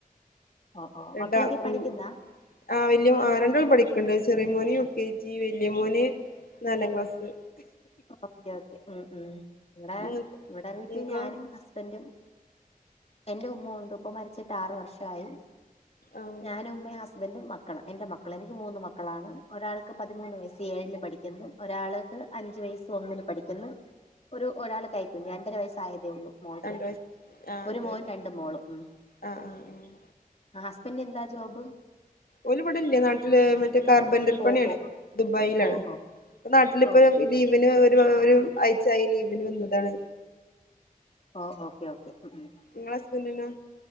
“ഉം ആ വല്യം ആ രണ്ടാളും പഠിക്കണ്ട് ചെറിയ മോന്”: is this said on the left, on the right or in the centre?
Left